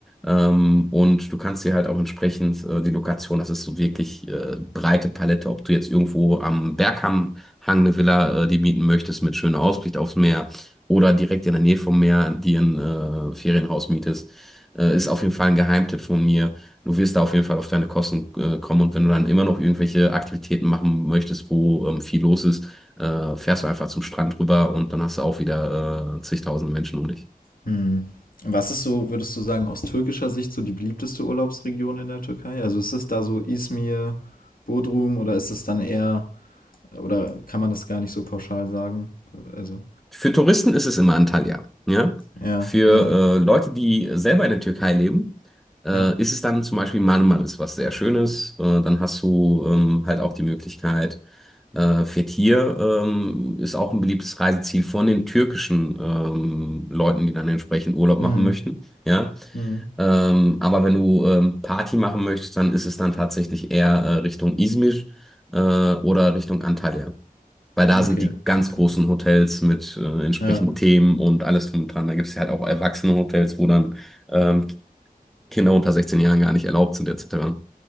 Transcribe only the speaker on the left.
hm. Was ist so, würdest du sagen, aus türkischer Sicht so die beliebteste Urlaubsregion in der Türkei? Also ist es da so Izmir, Bodrum oder ist es dann eher, oder kann man das gar nicht so pauschal sagen? Also,
Ja,
ja,
ja.
Mhm.
Mhm.
Okay,
okay.
Ja,